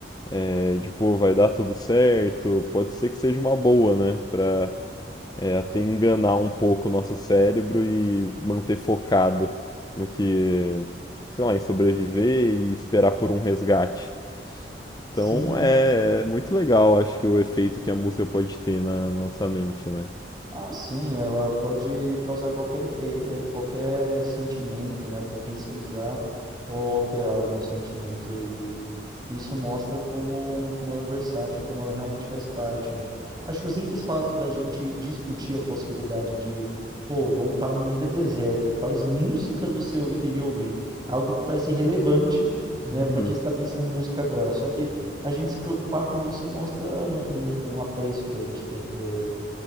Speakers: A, on the left; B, on the right.
A: é, de pô, vai dar tudo certo, pode ser que seja uma boa, né, pra, é, até enganar um pouco o nosso cérebro e manter focado no que, sei lá, em sobreviver e esperar por um resgate.
B: Sim,
A: Então é é muito legal, acho que o efeito que a música pode ter na nossa mente, né?
B: Ah, sim, ela pode causar qualquer efeito, é, qualquer sentimento, né? Potencializar ou alterar algum sentimento. E isso mostra como, como ela é versátil, como ela realmente faz parte, né? Acho que o simples fato da gente discutir a possibilidade de, pô, vamos parar numa ilha deserta, quais músicas você ouvi- iria ouvir? Algo que parece relevante,
A: <laughs>
B: né? Porque você está pensando em música agora. Só que a gente se preocupar com isso mostra um, um um apreço que a gente tem por